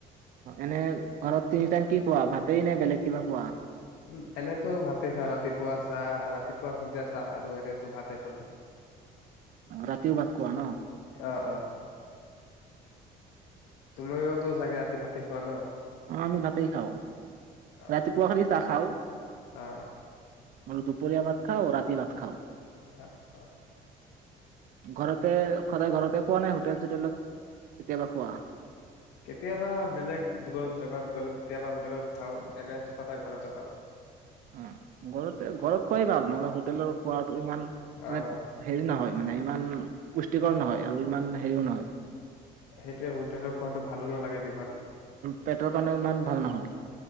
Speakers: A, on the right (about 55°); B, on the left (about 85°).
A: এনে ঘৰত তিনি টাইম কি খোৱা ভাতেই নে বেলেগ কিবা খোৱা
B: উ এনেতো ভাতে খা ৰাতিপুৱা চা ৰাতিপুৱা সন্ধিয়া চা আৰু এনেতো ভাতে তৰ মেলি
A: অ ৰাতিও ভাত খোৱা ন
B: অ অ তুমিওতো চাগে ৰাতি ভাতে খোৱা ন
A: অ আমি ভাতেই খাওঁ
B: অ'
A: ৰাতিপুৱা খালি চাহ খাওঁ
B: অ'
A: মান দুপৰীয়া ভাত খাও ৰাতি ভাত খাও।
B: অ অ
A: ঘৰতে সদায় ঘৰতে খোৱা নাই হোটেল চোটেল কেতিয়াবা খোৱা।
B: কেতিয়াবা বেলেগ দূৰৰ জেগাত গ'লে কেতিয়াবা হোটেলত খাও এনেো সদায় ঘৰতো খাও।
A: অ ঘৰতে ঘৰত খোৱাই ভাল নহ'লে হোটেলৰ খোৱাটো ইমান মানে
B: অ'
A: হেৰি নহয় মানে ইমান পুষ্টিকৰ নহয় আৰু ইমান হেৰিও নহয়
B: সেইটোৱে হোটেলৰ খোৱাটো ভালো নালাগে যিমান অ
A: পেটৰ কাৰণেও ইমান ভাল নহয়